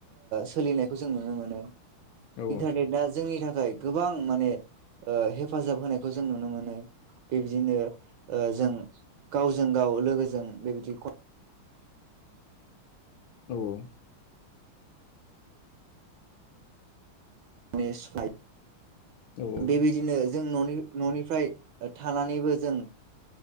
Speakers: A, on the right; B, on the left.
A: सोलिनायखौ जों नुनो मोनो
B: औ उम औ उम औ
A: इन्टारनेटआ जोंनि थाखाय गोबां माने हेफाजाब होनायखौ जों नुनो मोनो बेबायदिनो जों गावजों गाव लोगोसे जों बेबायदि
B: औ औ
A: <inaudible>
B: उम
A: बेबायदिनो जों न'नि न'निफ्राय थानानैबो जों